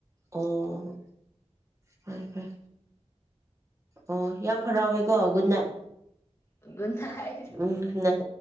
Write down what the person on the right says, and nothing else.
ꯑꯣ ꯄꯩ ꯄꯦꯏ ꯑꯣ ꯌꯥꯝ ꯍꯔꯥꯎꯋꯦꯀꯣ ꯒꯨꯗ ꯅꯥꯏꯠ
ꯎꯝ ꯒꯨꯗ ꯅꯥꯏꯠ꯫